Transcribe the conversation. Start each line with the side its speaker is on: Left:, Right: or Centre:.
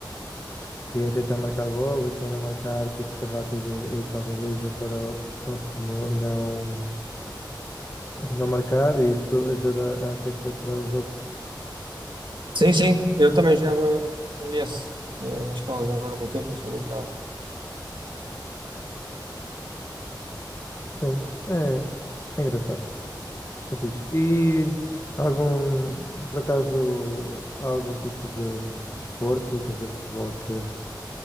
Left: Queria tentar marcar gol e quem não marcar tem que ser rápido a ir para a baliza para o próximo não, não marcar e isso ajuda a aquecer para o jogo.
Right: Sim, sim, eu também jogava esse eh, na escola, já não jogo há muito tempo, mas também jogava.
Left: Sim, é, é engraçado, é fixe. E algum, por acaso, há algum tipo de, de desporto, sem ser futebol, que,